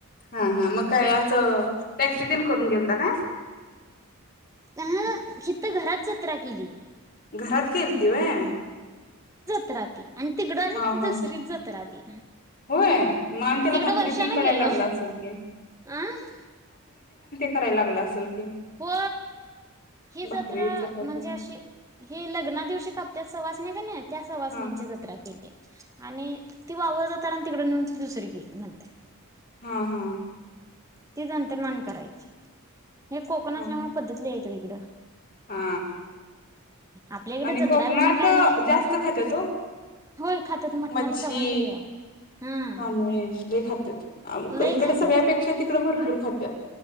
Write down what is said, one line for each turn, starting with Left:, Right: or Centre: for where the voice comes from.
Left: हा हा म काय च टॅक्सी तिन करून गेल तासा का?
Right: अहं हितं त घरात जत्रा केलीती.
Left: घरात केलती व्हय
Right: त्रा ती आणि तिकडं आणि
Left: हा हा
Right: दुसरीच जात राधी
Left: होय मग आणि त्याला
Right: तिकडं
Left: भाकरी
Right: वर्षाने
Left: तेन करायला
Right: गेलो
Left: लागला असेल की
Right: अं- -
Left: कराय लागलं असेल. की
Right: हो ही
Left: भाकरी
Right: जत्रा
Left: चपाती
Right: म्हणजे अशी ह लग्ना दिवशी का त्यात सहवास नाही नाहीत त्या सवासनींची
Left: हा
Right: जत्रा केली. आणि ती वावरतात आणि तिकड नेऊन दुसरी केली नंतर
Left: हा हा
Right: तेच अंतर्मान करायचे. हे कोकण
Left: हा
Right: असल्यामुळे पद्धती लै आहे ईकड
Left: हा
Right: आपल्या इकडे
Left: आणि
Right: जत्रा
Left: कोकणात
Right: बित्रा काय नाही
Left: जास्त खातात हो
Right: होय खात्यात मटणाला
Left: मच्छी,
Right: प्रमाण लय आहे हम्म
Left: नॉन व्हेज हे खातात
Right: लय
Left: इकड
Right: खात्यात
Left: सगळ्यापेक्षा तिकड भरपूर खात्यात